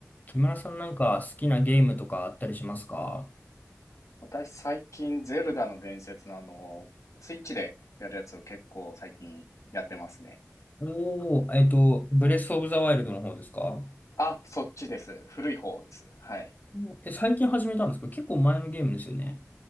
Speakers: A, on the left (about 35°); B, on the left (about 85°).
A: 木村さんなんか好きなゲームとかあったりしますか
B: 私最近ゼルダの伝説のあの、スイッチでやるやつを結構最近やってますね。
A: おー、えっと、ブレスオブザワイルドの方ですか
B: あ、そっちです。古い方です。はい。
A: うんえ、最近始めたんですか結構前のゲームですよね。